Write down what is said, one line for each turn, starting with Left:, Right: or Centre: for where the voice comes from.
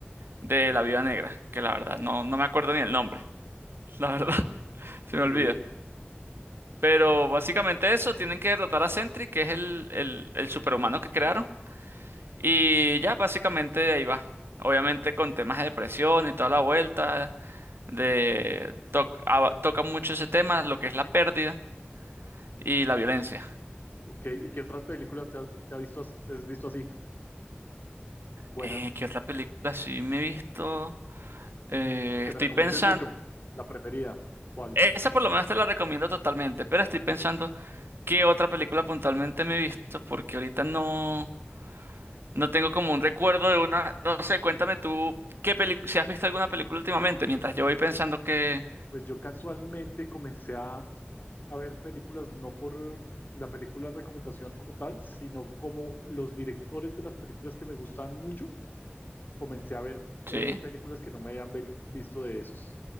Right: de La Viuda Negra, que la verdad no, no me acuerdo ni el nombre, la verdad, <laughs> se
Left: ok,
Right: me olvida. Pero básicamente eso, tienen que derrotar a Sentry, que es el, el, el superhumano que crearon, y ya básicamente de ahí va. Obviamente con temas de depresión y toda la vuelta, de toc- a- toca mucho ese tema, lo que es la pérdida y la violencia.
Left: ok. ¿Y qué otras películas te has, te has visto, as- te has visto así buenas?
Right: Eh, ¿qué otra película sí me he visto? Eh,
Left: o que
Right: estoy
Left: me recomiendes
Right: pensando,
Left: mucho, la preferida. ¿Cuál?
Right: esa por lo menos te la recomiendo totalmente, pero estoy pensando qué otra película puntualmente me he visto, porque ahorita no, no tengo como un recuerdo de una, no sé, cuéntame tú, qué película, si has visto alguna película últimamente, mientras yo voy pensando que...
Left: Pues yo casualmente comencé a, a ver películas no por la película recomendación como tal, sino como los directores de las películas que me gustan mucho, comencé a ver eh,
Right: Sí.
Left: películas que no me habían ve- visto de esos.